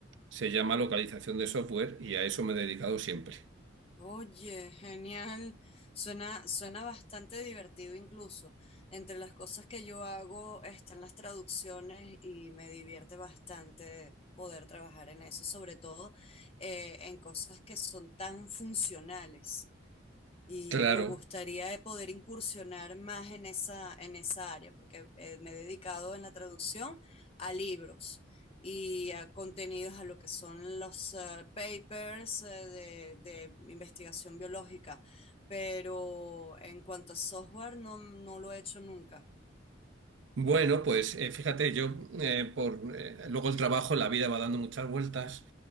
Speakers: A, on the right (about 70°); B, on the left (about 30°).
A: se llama localización de software y a eso me he dedicado siempre.
B: Oye, genial. Suena, suena bastante divertido incluso. Entre las cosas que yo hago están las traducciones y me divierte bastante poder trabajar en eso, sobre todo eh, en cosas que son tan funcionales y,
A: Claro.
B: me gustaría poder incursionar más en esa, en esa área, porque eh, me he dedicado en la traducción a libros y a contenidos, a lo que son los eh, papers eh, de, de investigación biológica, pero en cuanto a software no, no lo he hecho nunca.
A: Bueno, pues eh, fíjate, yo eh, por eh, luego el trabajo, la vida va dando muchas vueltas.